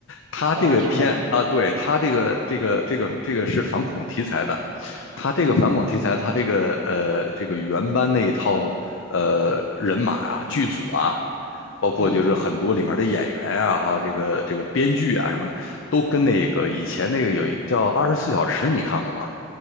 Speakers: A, on the left (about 80°); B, on the right (about 80°).
A: 他这个片啊，
B: 啊，是吗？
A: 对他这个这个这个这个是反恐题材的，他这个反恐题材，
B: 嗯
A: 他这个呃这个原班那一套呃人马啊剧组啊，包括就是很多里面的演员啊，
B: 嗯
A: 哈，这个这个编剧啊什么的，都跟那个以前那个有一个叫《二十四小时》，你看过吗？